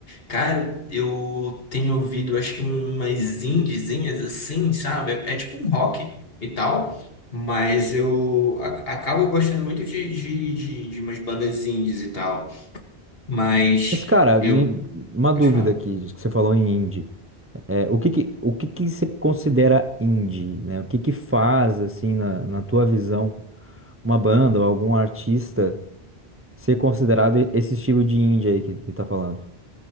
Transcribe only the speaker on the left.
cara, eu tenho ouvido, acho que umas indiezinhas assim, sabe? É, é tipo um rock e tal. Mas eu a- acabo gostando muito de, de, de, de umas bandas indies e tal. Mas
eu.
Pode
falar.